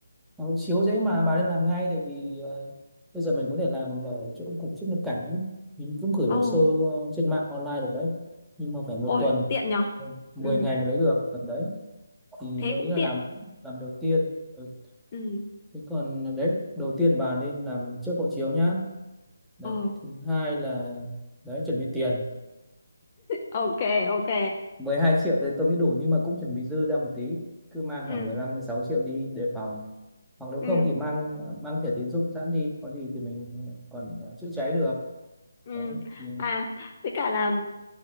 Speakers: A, in the centre; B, on the left.
A: Đó, chiếu dễ mà bà nên làm ngay tại vì ờ, bây giờ mình có thể làm ở chỗ cục xuất nhập cảnh ấy. Mình cũng gửi
B: Ồ,
A: hồ sơ ờ, trên mạng online được đấy nhưng mà phải một
B: ôi,
A: tuần
B: tiện nhở.
A: ừ, 10
B: Ừ,
A: ngày mới lấy được tầm đấy thì
B: thế
A: tôi
B: cũng
A: nghĩ là
B: tiện.
A: làm làm đầu tiên ừ.
B: Ừ.
A: Thế còn đấy đầu tiên bà nên làm trước hộ chiếu nhá đấy
B: Ồ,
A: thứ hai là đấy chuẩn bị tiền
B: ok, ok.
A: mười hai triệu thì tôi nghĩ đủ nhưng mà cũng chuẩn bị dư ra một tí cứ mang
B: Ừ,
A: khoảng mười lăm mười sáu triệu đi đề phòng hoặc nếu
B: ừ.
A: không thì mang mang thẻ tín dụng sẵn đi có gì thì mình còn chữa cháy được
B: Ừ.
A: đấy thì
B: À, với cả là